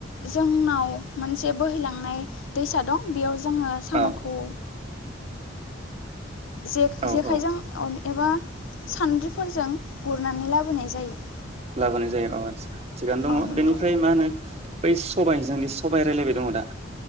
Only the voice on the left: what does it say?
जोंनाव मोनसे बोहैलांनाय दैसा दं। बेयाव जोङो साम'खौ
जे-जेखायजों
अन एबा सान्द्रिफोरजों गुरनानै लाबोनाय जायो।
औ नंगौ